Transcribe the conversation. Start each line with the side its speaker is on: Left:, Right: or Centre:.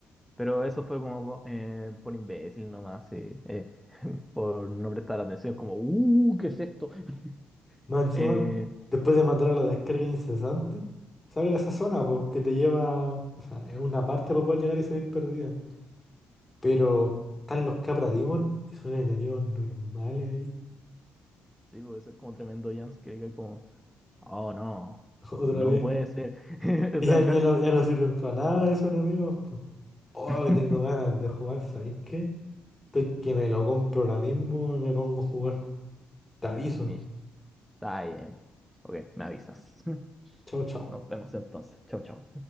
Centre: pero eso fue como po- eh, por imbécil nomás, sí, eh, <laughs> por no prestar atención, como, uh, ¿qué es esto? <laughs>
Left: Más encima,
Centre: Eh,
Left: después de matar a la descarga incesante, se esa zona, po, que te lleva, o sea, es una parte para poder llegar y salir perdido. Pero están los Capra Demon y son enemigos normales ahí.
Centre: sí, pues eso es como tremendo jumpscare, que es como, oh no,
Left: <laughs> Otra
Centre: no
Left: vez.
Centre: puede ser. <laughs> O
Left: Ya,
Centre: sea, cal-
Left: ya no,
Centre: cal-
Left: ya no sirven para nada esos enemigos. po. Oh,
Centre: <laughs>
Left: que tengo ganas de jugar, ¿sabéis qué? Estoy que me lo compro ahora mismo y me pongo a jugar. Te aviso.
Centre: Mish, está bien. Ok, me avisas. <laughs>
Left: Chao, chao.
Centre: Nos vemos entonces. Chao, chao.